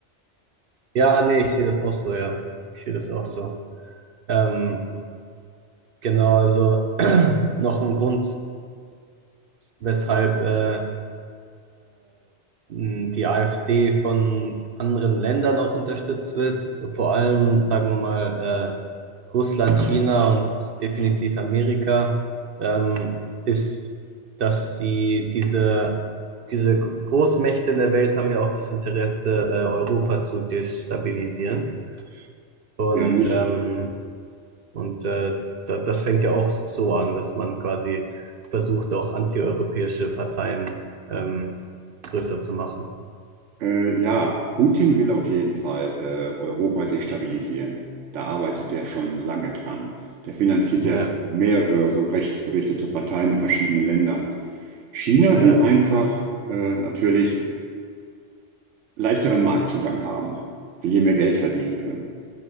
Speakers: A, on the right (about 55°); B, on the right (about 80°).
A: Ja, nee, ich sehe das auch so, ja. Ich sehe das auch so. Ähm, genau, also <clears throat> noch ein Grund, weshalb äh, die AfD von anderen Ländern auch unterstützt wird, vor allem, sagen wir mal, äh, Russland, China und definitiv Amerika, ähm, ist, dass sie diese, diese Großmächte in der Welt haben ja auch das Interesse, äh, Europa zu destabilisieren. Und,
B: Ja, nicht.
A: ähm, und äh, da, das fängt ja auch so an, dass man quasi versucht, auch antieuropäische Parteien ähm, größer zu machen.
B: Äh, ja, Putin will auf jeden Fall äh, Europa destabilisieren. Da arbeitet er schon lange dran. Der finanziert
A: Ja.
B: ja f- mehrere so rechtsgerichtete Parteien in verschiedenen Ländern. China
A: Ja,
B: will einfach äh, natürlich leichteren Marktzugang haben, will hier mehr Geld verdienen können.